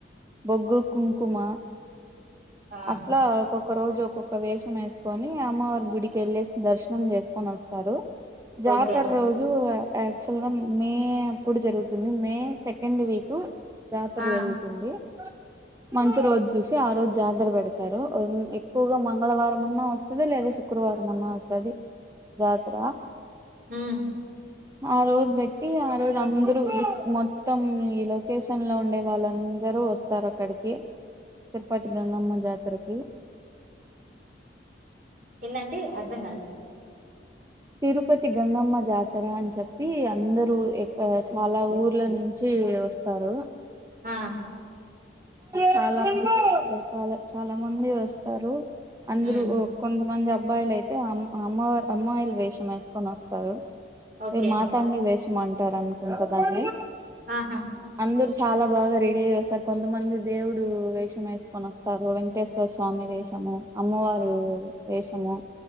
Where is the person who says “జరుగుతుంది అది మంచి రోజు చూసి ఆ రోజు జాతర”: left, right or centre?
Right